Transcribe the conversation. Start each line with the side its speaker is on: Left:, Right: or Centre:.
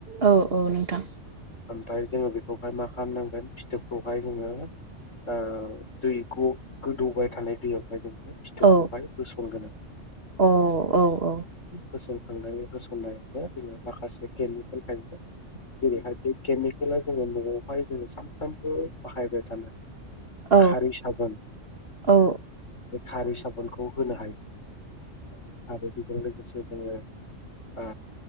Right: औ औ नोंथां
Left: ओमफ्राय जोङो बेखौहाय मा खालामनांगोन फिथोबखौहाय जोङो ओ दैखौ गोदौबाय थानाय दैयावहाय जोङो फिथोबखौहाय
Right: औ
Left: होसनगोन।
Right: औ औ औ।
Left: होसनखांनायनि होसननायावनो जोङो माखासे गेमनि थाखायनो जेरैहाय बे केमिकेला जोङो न'आवहाय जोङो सानफ्रामबो बाहायबाय थानो हो
Right: औ
Left: खारै साबोन
Right: औ
Left: बे खारै साबोनखौ होनो हायो। आरो बेजों लोगोसे आङो ओ